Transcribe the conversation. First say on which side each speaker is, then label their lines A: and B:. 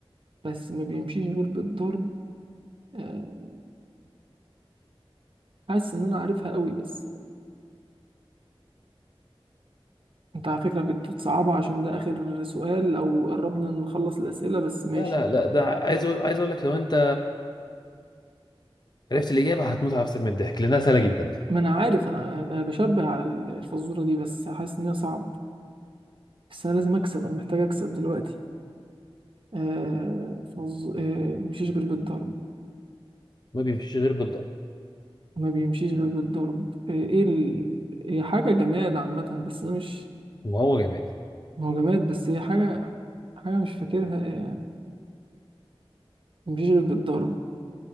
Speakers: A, on the right; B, on the left.
A: بس ما بيمشيش غير بالضرب آه، حاسس ان انا عارفها قوي بس انت على فكره بتصعبها عشان ده اخر سؤال او قربنا نخلص الاسئله بس ماشي
B: لا لا لا ده عايز أقول- عايز اقول لك لو انت عرفت الإجابة هتموت على نفسك من الضحك لأنها سهلة جدا
A: ما انا عارف انا انا بشبه على ال- الفزوره دي بس حاسس ان هي صعبه بس انا لازم اكسب انا محتاج اكسب دلوقتي آه فز... آه مشيش غير بالضرب
B: ما بيمشيش غير بالضرب
A: ما بيمشيش غير بالضرب آه ايه ال... هي حاجه جماد عامه بس انا مش
B: وهو جمال
A: ما هو جماد بس هي حاجه حاجه مش فاكرها آه مشيش غير بالضرب